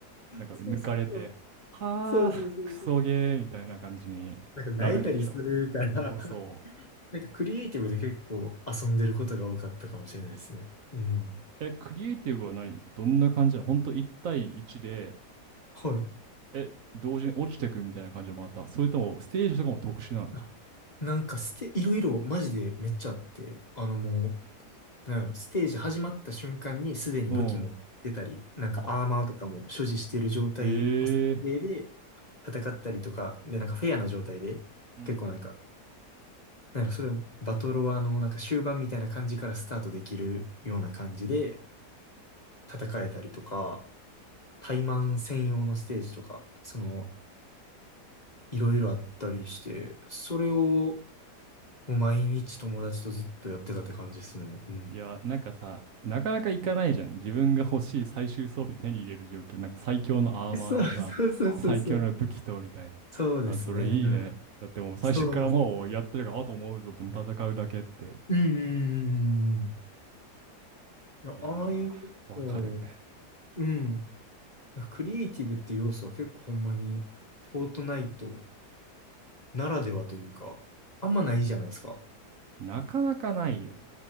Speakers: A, on the right; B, on the left.
A: なんか抜かれて、
B: そうそうそう。
A: はあ、
B: そうそうそうそう。
A: クソゲーみたいな感じになるんでしょう。
B: なんか、萎えたりするから
A: そうそ
B: <laughs> なんかクリエイティブで結構遊んでることが多かったかもしれないですね。うん。
A: う。え、クリエイティブは何どんな感じなの本当1対1で、
B: はい。
A: え、同時に落ちてくみたいな感じで回った。それともステージとかも特殊なの
B: あなんかステ、いろいろマジでめっちゃあって、あのもう、なんやろ、ステージ始まった瞬間にすでに武器持ってたり、
A: うん。
B: なんかアーマーとかも所持してる状態の設定で
A: あ、ええ
B: 戦ったりとか、で、なんかフェアな状態で、
A: うん。
B: 結構なんか、なんやろ、それはバトロワのなんか終盤みたいな感じからスタートできるような感じで戦えたりとか、タイマン専用のステージとか、その、いろいろあったりして、それをもう毎日友達とずっとやってたって感じですね。うん。
A: いや、なんかさ、なかなかいかないじゃん。自分が欲しい最終装備手に入れる状況。なんか最強のアーマーとさ、
B: そうそうそうそうそう。
A: 最強の武器とみたいな。
B: そうですね。
A: あ、それいいね。
B: うん。
A: だってもう最初からもうやってるから、
B: そうです。
A: あともう存分戦うだけって。
B: うんうんうんうんうん。
A: いやー、
B: ああいう、こうん。
A: わかる。
B: うんなんかクリエイティブっていう要素は結構ほんまに、フォートナイトならではというか、あんまないじゃないですか。
A: なかなかないよ。